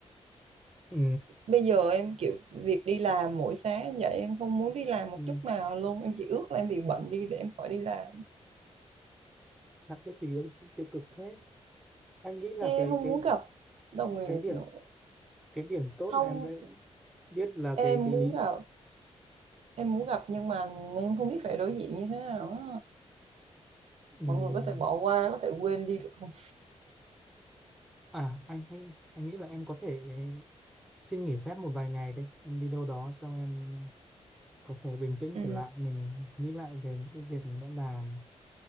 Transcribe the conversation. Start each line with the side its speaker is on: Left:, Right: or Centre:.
Centre: Ừ.
Right: bây giờ em kiểu việc đi làm mỗi sáng em dậy em không muốn đi làm
Centre: Ừ.
Right: một chút nào luôn em chỉ ước là em bị bệnh đi để em khỏi đi làm
Centre: Sao có gì tiêu cực thế anh nghĩ là
Right: em
Centre: cái
Right: không
Centre: cái
Right: muốn gặp đồng nghiệp
Centre: cái điểm
Right: nữa
Centre: cái điểm tốt
Right: không
Centre: là em đã biết là
Right: em
Centre: cái cái
Right: muốn
Centre: lý
Right: gặp em muốn gặp nhưng mà em không biết phải đối diện như thế nào á
Centre: Ừm,
Right: mọi người có thể bỏ qua có thể quên đi được không
Centre: À anh anh anh nghĩ là em có thể xin nghỉ phép một vài ngày đấy em đi đâu đó xong em có thể bình tĩnh
Right: ừ
Centre: trở lại mình nghĩ lại về những cái việc mình đã làm